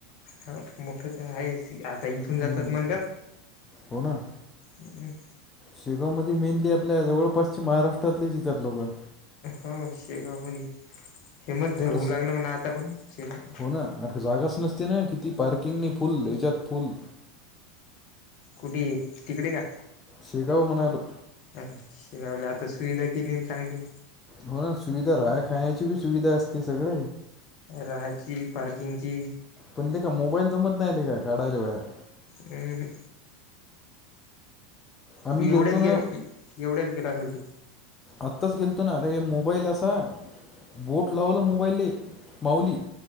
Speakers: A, on the left; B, on the left.
A: ह मोठ तर आहे आता इथून
B: हम्म.
A: जातात म्हणज
B: हो ना
A: हम्
B: शेगावमध्ये मेनली आपल्या जवळपासचे महाराष्ट्रातले ज येतात लोकं
A: हो शेगाव मध हेमच
B: तिकडं
A: होऊ
B: स-
A: लागलं म्हणा आता पण शेगाव
B: हो ना अख जागाच नसते ना किती पार्किंग नाही फुल याच्यात फुल
A: कुठे तिकडे का
B: श्रीगाव मनायलो
A: ह शिनावले आता सुविधा केली चांगली
B: हो ना सुविधा राहाय खाण्याची बी सुविधा असते सगळ
A: राहाची पार्किंगची
B: पण ल का मोबाईल जमत नाही ल काढायला बाहेर
A: हम
B: आम्ही
A: तू एवढ्याच
B: गेलतो ना
A: गे एवढ्याच गेला असेल तू
B: आत्ताच गेलतो ना अरे हे मोबाईल असा बोट लावल मोबाईल माऊली